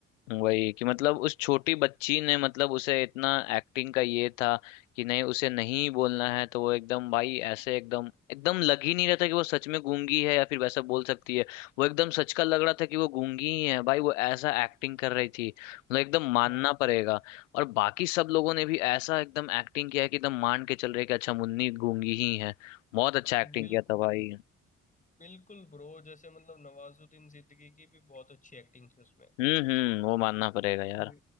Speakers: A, on the left; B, on the left.
A: वही कि मतलब उस छोटी बच्ची ने मतलब उसे इतना एक्टिंग का ये था कि नहीं उसे नहीं बोलना है तो वो एकदम भाई ऐसे एकदम एकदम लग ही नहीं रहा था कि वो सच में गूंगी है या फिर वैसा बोल सकती है वो एकदम सच का लग रहा था कि वो गूंगी ही है भाई वो ऐसा एक्टिंग कर रही थी मतलब एकदम मानना
B: हाँ
A: पड़ेगा और बाकी सब लोगों ने भी ऐसा एकदम एक्टिंग किया है कि एकदम मान के चल रहे कि अच्छा मुन्नी गूंगी ही है बहुत अच्छा एक्टिंग
B: बिल्कुल
A: किया था भाई
B: बिल्कुल ब्रो जैसे मतलब नवाजुद्दीन सिद्दीकी की भी बहुत अच्छी एक्टिंग थी उसमें
A: हम्म हम्म वो मानना पड़ेगा यार
B: और